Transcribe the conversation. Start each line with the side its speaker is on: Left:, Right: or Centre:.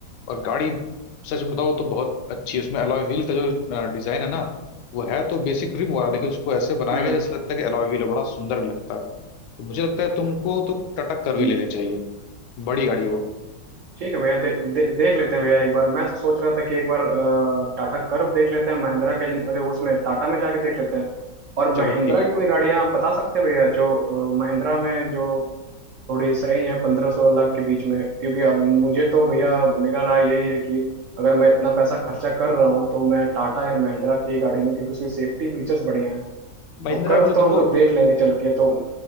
Left: और गाड़ी सच में बताओ तो बहुत अच्छी है उसमें अलॉय व्हील का जो डिजाइन है ना वो है तो बेसिक रिम वाला लेकिन उसको ऐसे बनाया
Right: हम्म
Left: गया जैसे लगता है कि अलॉय व्हील है बड़ा सुंदर भी लगता है तो मुझे लगता है तुमको तो टटक कर भी
Right: हम्म,
Left: ले लेनी चाहिए बड़ी गाड़ी है वो
Right: ठीक है भैया दे, दे, देख लेते हैं भैया एक बार मैं तो सोच रहा था कि एक बार अ, टाटा कर्व देख लेते हैं महिंद्रा के जिन- अरे उसमें टाटा में जाके देख लेते हैं और महिंद्रा
Left: चलो ठीक
Right: की कोई गाड़ियां आप बता सकते हैं भैया जो अ, महिंद्रा में जो थोड़ी सही है पंद्रह सोलह लाख के बीच में क्योंकि अब मुझे तो भैया मेरा राय यही है कि अगर मैं इतना पैसा खर्चा कर रहा हूँ तो मैं टाटा या महिंद्रा की ही गाड़ी लूँ क्योंकि उसकी सेफ्टी फीचर्स बढ़िया हैं
Left: महिंद्रा
Right: तो कर्व
Left: में तो
Right: तो हम
Left: देखो
Right: लोग देख लेंगे चल के तो